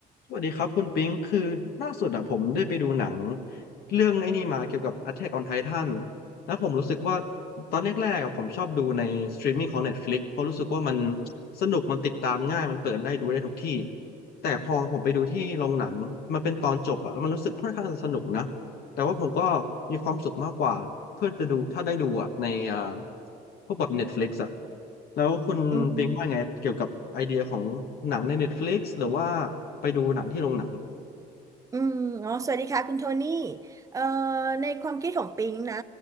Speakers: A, on the left; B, on the right.
A: สวัสดีครับคุณปิงคือล่าสุดอะผมได้ไปดูหนัง เรื่องไอ้นี่มาเกี่ยวกับ Attack on Titan แล้วผมรู้สึกว่าตอนแรกๆอะผมชอบดูในสตรีมมิ่งของ Netflix เพราะรู้สึกว่ามันสนุก มันติดตามง่าย มันเปิดได้ดูได้ทุกที่ แต่พอผมไปดูที่โรงหนัง มันเป็นตอนจบอะแล้วมันรู้สึกค่อนข้างจะสนุกนะ แต่ว่าผมก็มีความสุขมากกว่าเพื่อจะดูถ้าได้ดูอ่ะในอ่าพวกแบบ Netflix อ่ะแล้วคุณเป็นว่าไงเกี่ยวกับไอเดียของหนังใน
B: อืม
A: Netflix หรือว่าไปดูหนังที่โรงหนัง
B: อืมอ๋อสวัสดีค่ะคุณโทนี่เอ่อในความคิดของปิงนะ